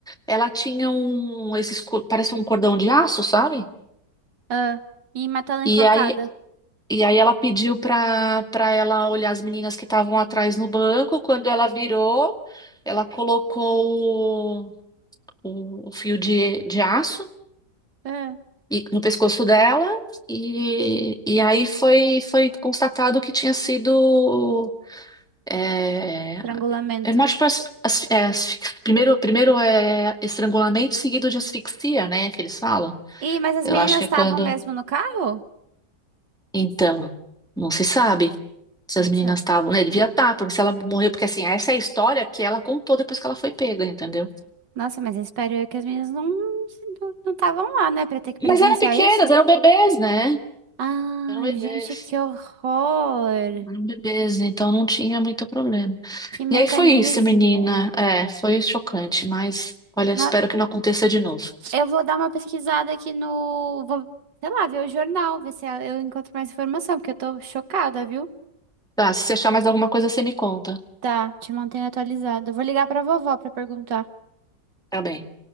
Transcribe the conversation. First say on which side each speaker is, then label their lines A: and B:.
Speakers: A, in the centre; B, on the right.
A: Ela tinha um, esses, co- parece um cordão de aço, sabe?
B: Ah, e matou ela
A: E
B: enforcada.
A: aí E aí ela pediu para para ela olhar as meninas que estavam atrás no banco. Quando ela virou, ela colocou o, o fio de, de aço
B: Ah,
A: e- no pescoço dela e, e aí foi foi constatado que tinha sido é,
B: estrangulamento.
A: é mais tipo as- as- é, asfix- primeiro primeiro é estrangulamento seguido de asfixia, né? Que eles falam.
B: Ih, mas as
A: Eu
B: meninas
A: acho que é
B: estavam
A: quando.
B: mesmo no carro?
A: Então, não se sabe. Se
B: Nossa,
A: as meninas estavam, né? Devia estar, porque se ela morreu, porque assim, essa é a história que ela contou depois que ela foi pega, entendeu?
B: nossa, mas eu espero eu que as meninas não não não estavam lá, né, Pra ter que presenciar
A: Mas eram pequenas,
B: isso.
A: eram bebês, né?
B: Ah,
A: Eram bebês.
B: gente, que horror!
A: Eram bebês, então não tinha muito problema.
B: Que mecanismo!
A: E aí foi isso, menina. É, foi chocante, mas olha, espero
B: No-
A: que não aconteça de novo.
B: Eu vou dar uma pesquisada aqui no, vou, sei lá, ver o jornal, ver se eu encontro mais informação, porque eu tô chocada, viu?
A: Tá, se você achar mais alguma coisa, você me conta.
B: Tá, te mantenho atualizada. Vou ligar pra vovó pra perguntar.
A: Tá bem.